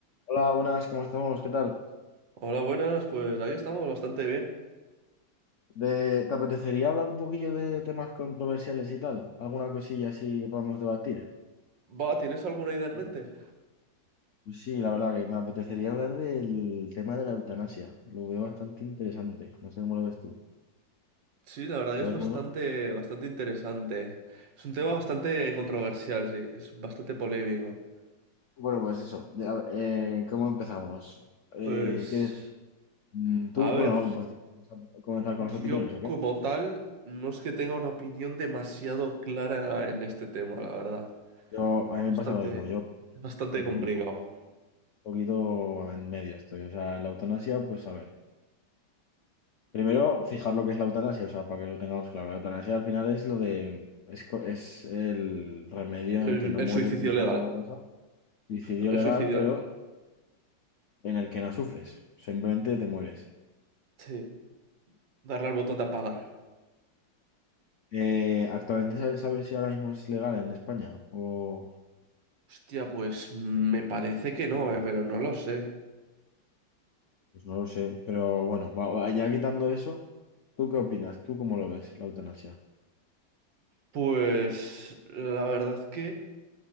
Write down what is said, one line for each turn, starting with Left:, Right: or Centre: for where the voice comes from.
Left: Hola, buenas, ¿cómo estamos? ¿Qué tal?
Right: Hola, buenas, pues ahí estamos, bastante bien.
Left: De- ¿te apetecería hablar un poquillo de temas controversiales y tal? ¿Alguna cosilla así que podamos debatir?
Right: Va, ¿tienes alguna idea en
Left: ¿Cómo
Right: mente?
Left: lo ves? Pues sí, la verdad que me apetecería hablar del tema de la eutanasia. Lo veo bastante interesante. No sé cómo lo ves tú.
Right: Sí, la verdad que
Left: ¿Lo
Right: es
Left: ves
Right: bastante,
Left: bueno?
Right: bastante interesante. Es un tema bastante controversial, sí, es bastante polémico.
Left: Bueno, pues eso. De- a- eh, ¿cómo empezamos? Eh,
Right: Pues,
Left: ¿qué decir? Mm, Tú,
Right: a ver,
Left: bueno, pues vamos a comenzar
Right: yo
Left: con las opiniones, ¿o qué?
Right: como tal no es que tenga una opinión demasiado clara en este tema, la verdad.
Left: Yo, a mí me
Right: Bastante,
Left: pasa lo mismo. Yo,
Right: bastante
Left: ok,
Right: complicado.
Left: un poquito, un poquito en medio estoy. O sea, la eutanasia, pues a ver. Primero, fijar lo que es la eutanasia, o sea, para que lo tengamos claro. La eutanasia al final es lo de, es, co- es el remedio
Right: El,
Left: en el que no
Right: el
Left: mueres
Right: suicidio
Left: de forma
Right: legal,
Left: dolorosa, suicidio
Right: el
Left: legal,
Right: suicidio
Left: pero
Right: legal.
Left: en el que no sufres, simplemente te mueres.
Right: Sí, darle al botón de apagar.
Left: Eh, actualmente, ¿sabes, sabes si ahora mismo es legal en España? O,
Right: Hostia, pues me parece que no, eh, pero no lo sé.
Left: pues no lo sé, pero bueno, va- va- ya quitando eso, ¿tú qué opinas? ¿Tú cómo lo ves, la eutanasia?
Right: Pues la verdad que,